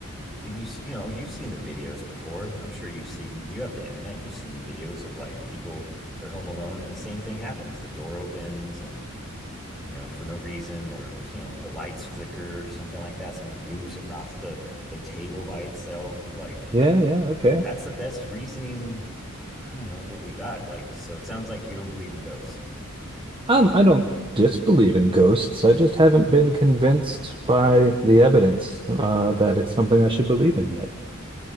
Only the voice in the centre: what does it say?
you you know you've seen the videos before i'm sure you've seen you have the internet you've seen videos of like people they're home alone and the same thing happens the door opens and you know for no reason or you know the lights flicker or something like that something moves across the the table by itself like
that's the best reasoning i don't know that we got like so it sounds like you don't believe in ghosts